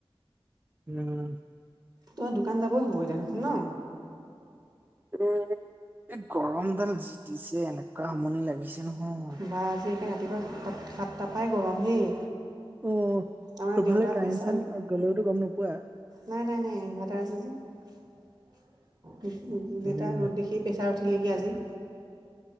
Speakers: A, on the right; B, on the right.
A: উম।
B: তোমাৰ দোকান যাব হ'বই এতিয়া দেখোন ন।
A: এ এ গৰম ডাল যি দিছে এনেকুৱা আমনি লাগিছে নহয়।
B: ধৰা আজি একে ৰাতিপুৱা সাতাত সাতট পাই গৰম হেই।
A: অ
B: আমাৰ
A: তোকফালে
B: দেউতাৰ
A: কাৰেন
B: প্ৰেছাৰ
A: চাৰেন গ'লেতো গম নোপোৱা।
B: নাই নাই নাই ইনভাৰ্টাৰ আছে যে, দেউতা
A: উম
B: ৰ'দ দেখি প্ৰেছাৰ উঠিল নেকি আজি।